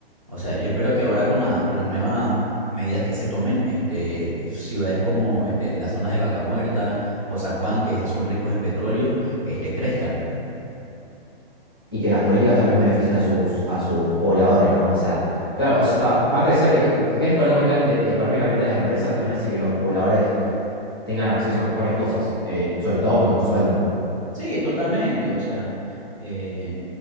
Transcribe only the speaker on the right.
O sea, yo espero que ahora con la, con las nuevas medidas que se tomen, este, ciudades como este, las zonas de Vaca Muerta o San Juan, que son ricos en petróleo, este, crezcan.
Sí, totalmente. O sea, eh,